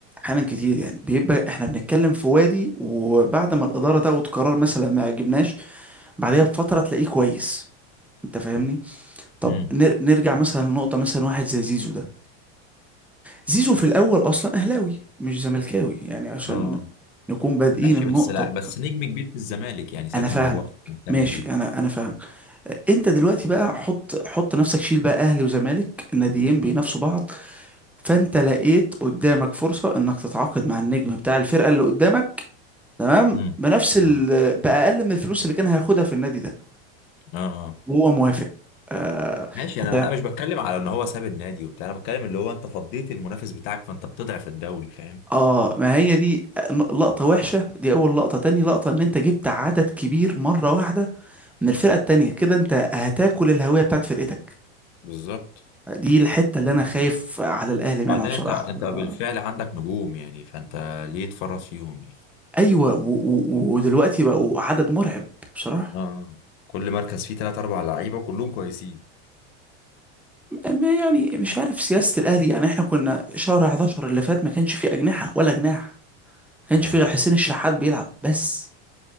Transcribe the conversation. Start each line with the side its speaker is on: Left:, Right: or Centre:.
Centre: احيانا كتير يعني بيبقى احنا بنتكلم في وادي وبعد ما الإدارة تاخد قرار مثلا ما يعجبناش بعدها بفترة تلاقيه كويس انت فاهمني طب
Left: امم
Centre: نر... نرجع مثلا لنقطة مثلا واحد زي زيزو ده زيزو في الأول أصلا أهلاوي مش زملكاوي يعني عشان
Left: اه
Centre: نكون بادئين
Left: ماشي
Centre: النقطة
Left: بس لا بس نجم كبير في الزمالك يعني سيبك
Centre: انا فاهمك
Left: من هو بيعمل
Centre: ماشي
Left: ايه
Centre: انا انا فاهمك انت دلوقتي بقى حط حط نفسك شيل بقى اهلي وزمالك الناديين بينافسوا بعض فانت لقيت قدامك فرصة انك تتعاقد مع النجم بتاع الفرقة اللي قدامك تمام
Left: امم
Centre: بنفس ال...
Left: تمام
Centre: باقل من الفلوس اللي كان هياخدها في النادي ده
Left: اه اه
Centre: وهو موافق آه
Left: ماشي
Centre: هتعمل
Left: انا انا مش
Centre: إيه؟
Left: بتكلم على ان هو ساب النادي وبتاع انا بتكلم اللي هو انت فضيت المنافس بتاعك فانت بتضعف الدوري فاهم
Centre: اه ما هي دي لقطة وحشة دي اول لقطة تاني لقطة ان انت جبت عدد كبير مرة واحدة من الفرقة التانية كده انت هتاكل الهوية بتاعت فرقتك
Left: بالظبط
Centre: دي الحتة اللي أنا خايف على الأهلي منها
Left: بعدين
Centre: بصراحة
Left: انت انت
Centre: أنا-
Left: بالفعل عندك نجوم يعني فانت ليه تفرط فيهم يعني
Centre: أيوة و و و- ودلوقتي بقوا عدد مرعب بصراحة
Left: اه كل مركز فيه تلات أربع لعيبة كلهم كويسين
Centre: م- يعني مش عارف سياسة الأهلي يعني إحنا كنا شهر 11 اللي فات ما كانش فيه أجنحة ولا جناح ما كانش
Left: ايوه
Centre: فيه غير حسين الشحات بيلعب بس